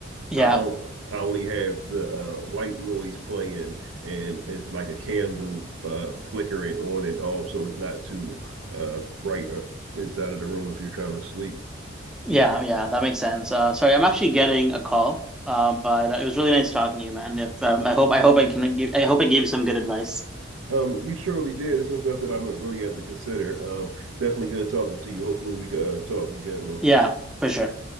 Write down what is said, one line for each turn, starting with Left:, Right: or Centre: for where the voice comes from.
Centre: yeah
Right: I don't. I only have the uh, white noise playing, and it's like a candle uh, flickering on and off, so it's not too uh, bright uh, inside of the room if you're trying to sleep.
Centre: yeah yeah that makes sense uh sorry i'm actually getting a call uh but uh, it was really nice talking to you man if um, i hope i hope i can give i hope i gave you some good advice
Right: Um, you surely did. It's some stuff that I'm gonna really have to consider. Um, definitely good talking to you. Hopefully we can uh, talk again, man.
Centre: yeah for sure